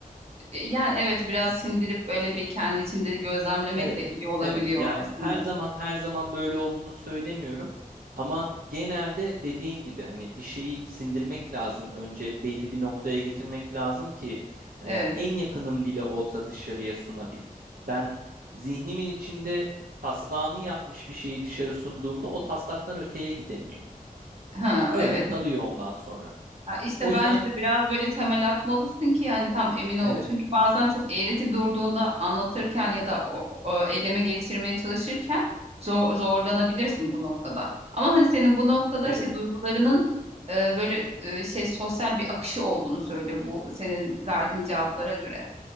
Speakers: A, on the right; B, on the right.
A: E, Yani evet biraz sindirip böyle bir kendi içinde gözlemlemek
B: Evet,
A: de iyi olabiliyor
B: evet. Yani
A: aslında.
B: her zaman her zaman böyle olduğunu söylemiyorum. Ama genelde dediğin gibi hani bir şeyi sindirmek lazım. Önce belli bir noktaya getirmek lazım ki e,
A: Evet.
B: en yakınım bile olsa dışarıya sunabil. Ben zihnimin içinde taslağını yapmış bir şeyi dışarı sunduğumda o taslaktan öteye gidemiyor.
A: Ha
B: Öyle
A: evet.
B: kalıyor ondan sonra.
A: Ha, işte
B: O
A: bence
B: yüzden
A: de biraz böyle temel atmalısın ki yani tam emin ol.
B: evet,
A: Çünkü bazen çok eğreti durduğunda anlatırken ya da o, o eyleme geçirmeye çalışırken zor, zorlanabilirsin bu noktada. Ama hani senin bu noktada
B: evet.
A: şey duygularının e, böyle e, şey sosyal bir akışı olduğunu söylüyor bu senin verdiğin cevaplara göre.